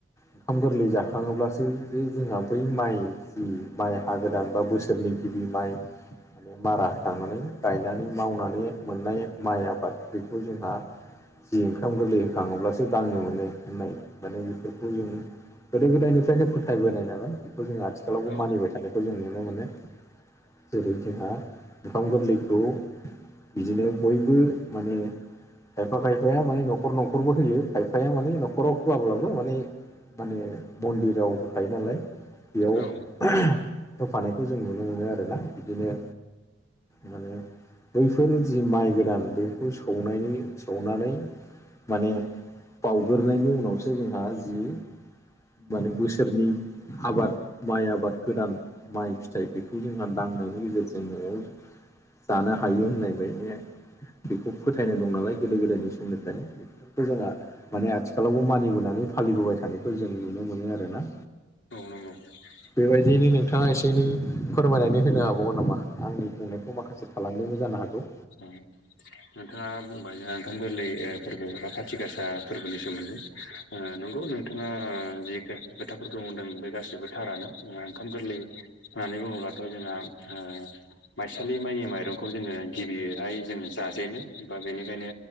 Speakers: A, on the left; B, on the left.
A: ओंखाम गोरलै जाखङोब्लासो बे जोंहा बै माइ जि माइ हा गोदान बा बोसोरनि गिबि माइ माने मारा होखांनानै गायनानै मावनानै मोननाय माइ आबाद बेखौ जोंहा जि ओंखाम गोरलै होखाङोब्लासो दांनो मोनो होननाय माने बेफोरखौ जों गोदो गोदायनिफ्रायनो फोथायबोनाय नालाय बेखौ जों आथिखालावबो
B: औ
A: मानिबाय थानायखौ जों नुनो मोनो जेरै जोंहा ओंखाम गोरलैखौ बिदिनो बयबो माने खायफा खायफाया माने न'खर न'खरबो होयो खायफाया माने न'खराव होवाबब्लाबो माने माने मन्दिराव होखायो नालाय बेयाव
B: औ
A: होफानायखौ जों नुनो मोनो आरोना बिदिनो माने बैफोर जि माइ गोदान बेखौ सौनायनि सौनानै माने बावग्रोनायनायनि उनावसो जोंहा जि माने बोसोरनि आबाद माइ आबाद गोदान माइ फिथाइ बेखौ जोंहा दांनायनि गेजेरजों न'आव जानो हायो होननाय बायदि बेखौ फोथायनाय दं नालाय गोदो गोदायनि सोमनिफ्रायनो बेफोरखौ जोंहा माने आथिखालावबो मानिबोनानै फालिबोबाय थानायखौ जों नुनो मोनो आरोना
B: <unintelligible>
A: बेबायदियनो नोंथाङा एसे एनै फोरमायनानै होनो हाबावगोन नामा आंनि बुंनायखौ माखासे थालां दोंबो जानो हागौ
B: ओम नोंथाङा बुंबाय जोंहा ओंखाम गोरलै फोरबो एबा खाथि गासा फोरबोनि सोमोन्दै ओ नंगौ नोंथाङा जि खोथाफोरखौ बुंदों बे गासिबो थारानो जोंङी ओंखाम गोरलै होननानै बुङोब्लाथ जोंहा ओ माइसालि माइनि माइरंखौ जोङो गिबियैहाय जोङो जाजेनो बा बेनिखायनो